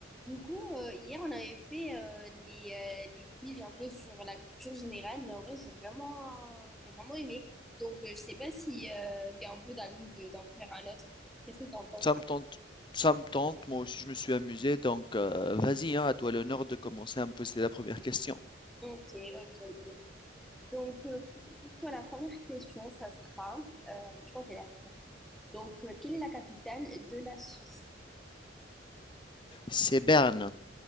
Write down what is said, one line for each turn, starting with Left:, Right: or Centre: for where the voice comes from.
Centre: Du coup, euh, hier, on avait fait euh, les, euh, les quiz un peu sur la culture générale et en vrai, j'ai vraiment, j'ai vraiment aimé. Donc, euh, je sais pas si euh, t'es un peu dans le mood de- d'en faire un autre. Qu'est-ce que t'en penses?
Left: Ça me tente, ça me tente. Moi aussi, je me suis amusé. Donc, euh, vas-y, hein, à toi l'honneur de commencer à me poser la première question.
Centre: Ok, ok, ok. Donc, euh, pour, pour toi, la première question, ça sera, euh, je pense que c'est la France. Donc, euh, quelle est la capitale de la Suisse?
Left: C'est Berne.